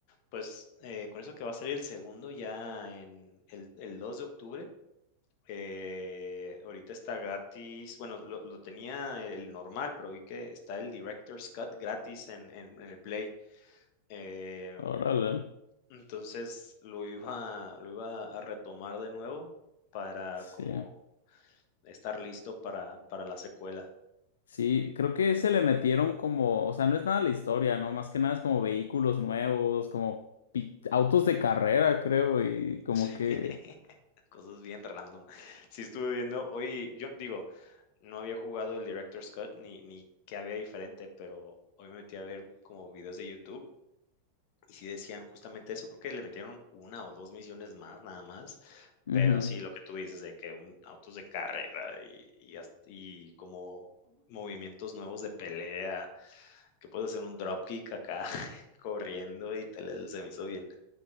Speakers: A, on the left; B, on the left.
A: Pues eh, con eso que va a salir el segundo ya en el, el 2 de octubre. Eh, ahorita está gratis. Bueno, lo, lo tenía el normal, pero vi que está el Director's Cut gratis en, en- en el Play. Eh,
B: Órale.
A: entonces lo iba, lo iba a retomar de nuevo para
B: Sí.
A: como estar listo para, para la secuela.
B: Sí, creo que se le metieron como, o sea, no es nada la historia, ¿no? Más que nada es como vehículos nuevos, como pi- autos de carrera, creo, y como
A: <laughs>
B: que...
A: Cosas bien random. Sí estuve viendo, hoy yo digo, no había jugado el Director's Cut ni, ni qué había diferente, pero hoy me metí a ver como videos de YouTube Y sí decían justamente eso, creo que le metieron una o 2 misiones más, nada más,
B: Ujú.
A: pero sí, lo que tú dices de que un autos de carrera y y hast y como movimientos nuevos de pelea, que puedes hacer un dropkick acá <laughs> corriendo y te le se me hizo bien